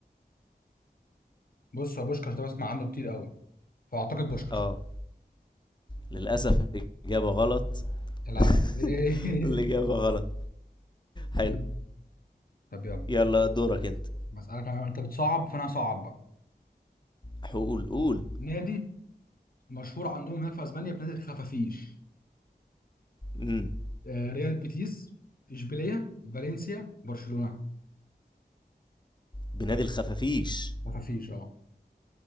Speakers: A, on the left; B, on the left.
A: بص هو بوشكاش ده بسمع عنه كتير قوي فاعتقد بوشكاش
B: اه للاسف الاجابه غلط
A: يا لهوي
B: <laughs> الاجابه غلط حلو
A: <laughs> طب يلا
B: يلا دورك انت
A: بسألك أنا- انت بتصعب فانا هصعب بقى
B: حقول قول
A: نادي مشهور عندهم هناك في اسبانيا بنادي الخفافيش
B: امم
A: آه، ريال بيتيس اشبيليه فالنسيا برشلونه
B: بنادي الخفافيش
A: خفافيش اه